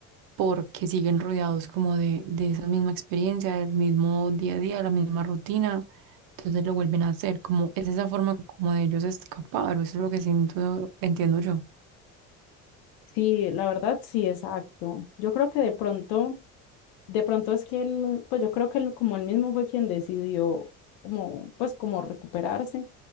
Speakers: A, on the right; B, on the left.
A: porque siguen rodeados como de, de esa misma experiencia, del mismo día a día, la misma rutina, entonces lo vuelven a hacer, como es esa forma como de ellos escapar, o eso es lo que siento, entiendo yo.
B: Sí, la verdad, sí, exacto. Yo creo que de pronto De pronto es que él, pues yo creo que él, como él mismo fue quien decidió como, pues como recuperarse.